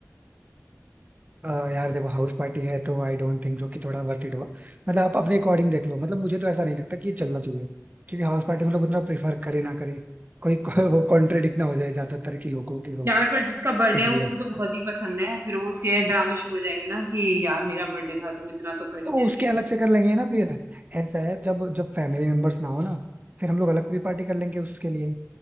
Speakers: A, on the right (about 30°); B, on the right (about 50°).
A: अ, यार देखो हाउस पार्टी है तो आई डोंट थिंक सो कि थोड़ा वर्थ इट होगा मतलब आप अपने अकॉर्डिंग देख लो मतलब मुझे तो ऐसा नहीं लगता कि ये चलना चाहिए क्योंकि हाउस पार्टी में लोग उतना प्रेफर करे ना करे कोई <laughs> कोई वो कॉन्ट्रेडिक्ट ना हो जाए ज्यादातर के लोगों की सोच
B: यार पर जिसका बर्थडे
A: इसलिए
B: है उसको तो बहुत ही पसंद है फिर वो उसके ड्रामे शुरू हो जाएंगे ना कि यार मेरा बर्थडे था तुम इतना तो कर ही
A: तो
B: देते
A: उसके अलग से कर लेंगे ना फिर ऐसा है जब जब फैमिली मेंबर्स ना हो ना फिर हम लोग अलग भी पार्टी कर लेंगे उसके लिए